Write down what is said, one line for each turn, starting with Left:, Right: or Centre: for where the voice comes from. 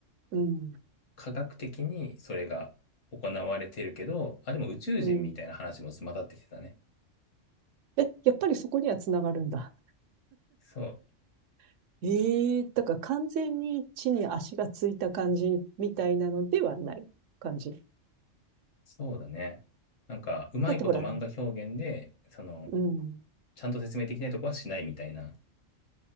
Right: うん、
Left: 科学的にそれが行われてるけど、あ、でも宇宙人みたいな話も混ざってきてたね。
Right: うん。え、やっぱりそこにはつながるんだ。
Left: そう、
Right: <laughs> ええだから完全に地に足がついた感じみたいなのではない感じ。
Left: そうだね。なんか、うまいこと漫画表現で、
Right: だってほら、
Left: その、
Right: うん。
Left: ちゃんと説明できないとこはしないみたいな。